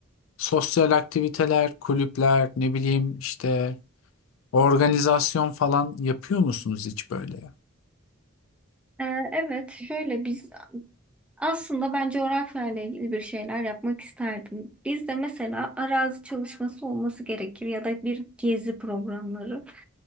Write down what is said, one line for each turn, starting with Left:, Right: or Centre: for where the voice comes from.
Left: sosyal aktiviteler, kulüpler, ne bileyim işte organizasyon falan yapıyor musunuz hiç böyle?
Centre: Ee, evet şöyle biz Aslında ben coğrafyayla ilgili bir şeyler yapmak isterdim. Bizde mesela arazi çalışması olması gerekir ya da bir gezi programları.